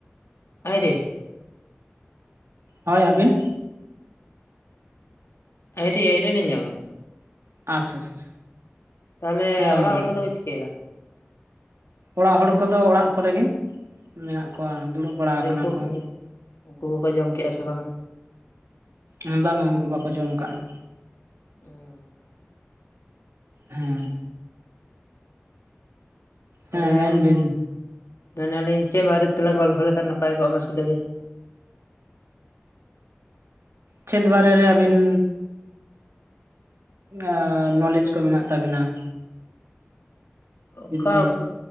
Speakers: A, on the left (about 80°); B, on the right (about 80°).
A: <unintelligible>
B: ᱦᱳᱭ ᱟᱹᱵᱤᱱ?
A: ᱟᱹᱭᱨᱤ ᱟᱹᱭᱨᱤ ᱞᱤᱧ ᱡᱚᱢᱟ ᱾
B: ᱟᱪᱪᱷᱟ <unintelligible>
A: ᱛᱟᱦᱚᱞᱮ
B: ᱦᱮᱸ
A: ᱚᱲᱟᱜ ᱦᱚᱲ ᱠᱚᱫᱚ ᱠᱚ ᱪᱤᱠᱟᱹᱭᱮᱫᱟ?
B: ᱚᱲᱟᱜ ᱦᱚᱲ ᱠᱚᱫᱚ ᱚᱲᱟᱜ ᱠᱚᱨᱮ ᱜᱮ ᱾ ᱢᱮᱱᱟᱜ ᱠᱚᱣᱟ ᱫᱩᱲᱩᱵ ᱵᱟᱲᱟ ᱟᱠᱟᱱᱟ
A: ᱩᱱᱠᱩ
B: ᱠᱚ ᱾
A: ᱩᱱᱠᱩ ᱠᱚᱠᱚ ᱡᱚᱢ ᱠᱮᱜᱼᱟ ᱥᱮ ᱵᱟᱝᱟ
B: ᱮᱸ ᱵᱟᱝᱟ ᱩᱱᱠᱩ ᱵᱟᱠᱚ ᱡᱚᱢ ᱟᱠᱟᱜᱼᱟ ᱾
A: <unintelligible>
B: ᱦᱮᱸ ᱾
A: ᱛᱟᱦᱚᱞᱮ,
B: ᱦᱮᱸ ᱢᱮᱱ ᱵᱤᱱ
A: ᱢᱮᱱᱮᱜᱼᱟ ᱞᱤᱧ ᱪᱮᱫ ᱵᱟᱨᱮ ᱛᱮᱞᱟᱝ ᱜᱚᱞᱯᱷᱚ ᱞᱮᱠᱷᱟᱱ ᱱᱟᱯᱟᱭ ᱠᱚᱜᱼᱟ ᱢᱟᱥᱮ ᱞᱟᱹᱭ ᱵᱤᱱ?
B: ᱪᱮᱫ ᱵᱟᱨᱮ ᱨᱮ ᱟᱹᱵᱤᱱ ᱟᱻ ᱱᱚᱞᱮᱡ ᱠᱚ ᱢᱮᱱᱟᱜ ᱛᱟᱵᱤᱱᱟ ᱾
A: ᱚᱠᱟ
B: ᱵᱤᱱ
A: ᱚᱠᱟ